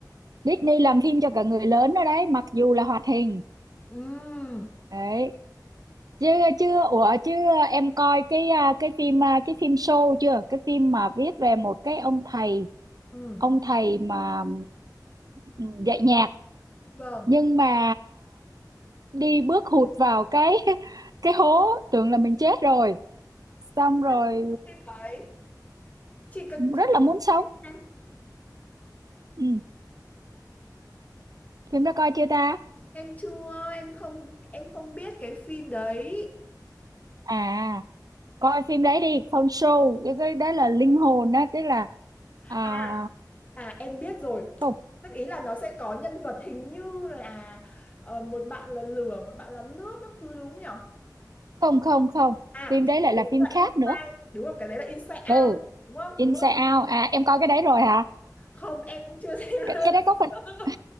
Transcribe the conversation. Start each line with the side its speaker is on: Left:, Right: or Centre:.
Right: Disney làm phim cho cả người lớn nữa đấy, mặc dù là hoạt hình.
Left: Ừm,
Right: Đấy. Chưa chưa ủa chưa em coi cái à, cái phim à, cái phim show chưa? Cái phim mà viết về một cái ông thầy,
Left: ừm,
Right: ông thầy mà ừm, dạy nhạc
Left: vâng
Right: nhưng mà đi bước hụt vào cái <laughs> cái hố tưởng là mình chết rồi xong rồi
Left: Em không biết phim đấy chị cực
Right: ờ,
Left: chị
Right: rất là muốn sống
Left: em
Right: ừ. phim đó coi chưa ta
Left: em chưa em không em không biết cái phim đấy
Right: à coi phim đấy đi Phong show cái cái đó là linh hồn đó tức là à,
Left: à à em biết rồi
Right: không
Left: tức ý là nó sẽ có nhân vật hình như là ờ, một bạn là lửa một bạn là nước các thứ đúng không nhỉ
Right: không không không
Left: à
Right: phim đấy lại
Left: cái
Right: là
Left: đấy
Right: phim
Left: là
Right: khác
Left: Inside
Right: nữa
Left: đúng không cái đấy là Inside
Right: ừ
Left: Out đúng không
Right: Inside
Left: đúng không
Right: Out à em coi cái đấy rồi hả
Left: không em cũng chưa xem
Right: cái,
Left: luôn
Right: cái đấy có phần
Left: <laughs>
Right: <laughs>